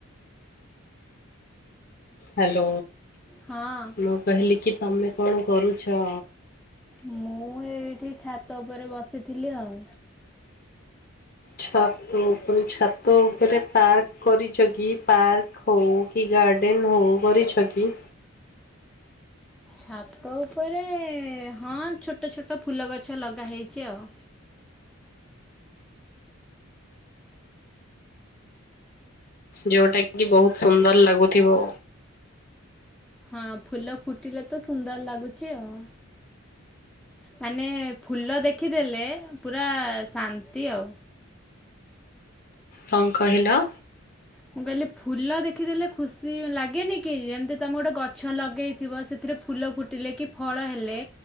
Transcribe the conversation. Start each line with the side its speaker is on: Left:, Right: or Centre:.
Left: ହ୍ୟାଲୋ
Centre: ହଁ
Left: ମୁଁ କହିଲି କି ତମେ କଣ କରୁଛ?
Centre: ମୁଁ ଏଇଠି ଛାତ ଉପରେ ବସିଥିଲି ଆଉ।
Left: ଛାତ ଉପରେ ଛାତ ଉପରେ ପାର୍କ କରିଛ କି ପାର୍କ? ହଉ କି ଗାର୍ଡେନ ହଉ କରିଛ କି?
Centre: ଛାତକ ଉପ ରେ ହଁ ଛୋଟ ଛୋଟ ଫୁଲ ଗଛ ଲଗା ହେଇଛି ଆଉ।
Left: ଯୋଉଟା କି ବହୁତ ସୁନ୍ଦର ଲାଗୁଥିବ।
Centre: ହଁ ଫୁଲ ଫୁଟିଲେ ତ ସୁନ୍ଦର ଲାଗୁଛି ଆଉ। ମାନେ ଫୁଲ ଦେଖିଦେଲେ ପୁରା ଶାନ୍ତି ଆଉ।
Left: କଣ କହିଲ?
Centre: ମୁଁ କହିଲି ଫୁଲ ଦେଖିଦେଲେ ଖୁସି ଲାଗେନି କି ଯେମିତି ତମେ ଗୋଟେ ଗଛ ଲଗେଇଥିବ ସେ ସେଥିରେ ଫୁଲ ଫୁଟିଲେ କି ଫଳ ହେଲେ